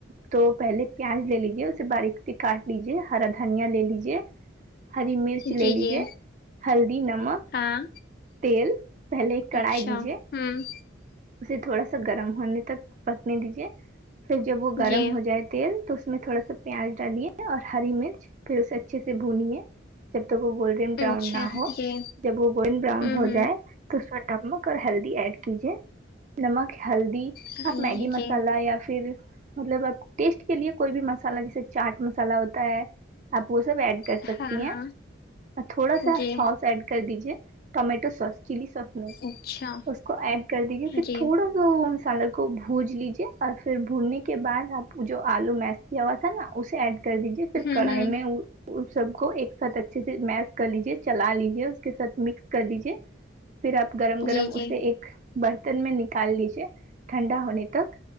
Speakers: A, on the right; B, on the left.
A: تو پہلے پیاز لے لیجے اسے باریکی کاٹ لیجے ہرا دھنیا لے لیجے ہری مرچ لے
B: جی
A: لیجیے
B: جی
A: ہلدی نمک
B: ہاں
A: تیل پہلے کڑھائی
B: اچھا
A: لیجے
B: ہوں
A: اسے تھوڑا سا گرم ہونے تک پکنے دیجیے پھر جب وہ گرم
B: جی
A: ہو جائے تیل تو اس میں تھوڑا سا پیاز ڈالیے اور ہری مرچ پھر اسے اچھے سے بھونیے جب تک وہ گولڈ براؤن
B: اچھا
A: نہ ہو
B: جی
A: جب وہ گول براؤن
B: ہوں
A: ہو
B: ہوں
A: جائے تو سر نمک اور ہلدی ایڈ کیجے نمک ہلدی
B: جی
A: آپ میگی مسالہ
B: جی
A: یا پھر مطلب اب ٹیسٹ کے لیے کوئی بھی مسالہ جیسے چاٹ مسالہ ہوتا ہے آپ وہ سب ایڈ کر
B: ہاں
A: سکتی ہیں
B: ہاں
A: اور تھوڑا سا
B: جی
A: سوس ایڈ کر دیجیے ٹمیٹو سوس چلی سوس میں
B: اچھا
A: اس کو ایڈ کر دیجیے پھر
B: جی
A: تھوڑا سا وہ مسالہ کو بھج لیجیے اور پھر بھوننے کے بعد آپ جو آلو میس کیا ہوا تھا نا اسے ایڈ کر دیجے پھر
B: ہوں
A: کڑھائی
B: ہوں
A: میں اس سب کو ایک ساتھ اچھے سے میش کر لیجے چلا لیجے اس کے ساتھ مکس کر لیجے پھر آپ گرم گرم
B: جی
A: اسے
B: جی
A: ایک برتن میں نکال لیجیے ٹھنڈا ہونے تک